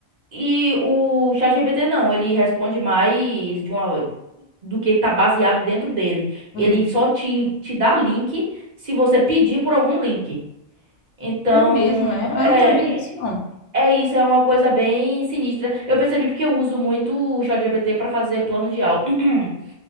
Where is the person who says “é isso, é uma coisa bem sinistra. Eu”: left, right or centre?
Right